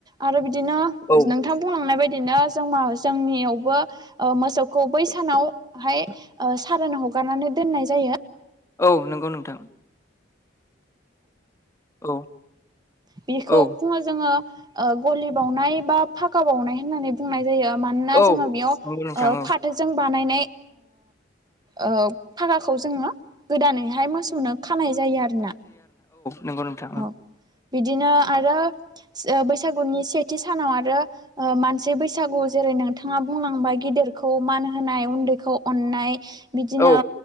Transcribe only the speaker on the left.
औ
औ नंगौ नोंथां औ
औ
औ
नंगौ नोंथां औ
नोंगौ नोंथां
औ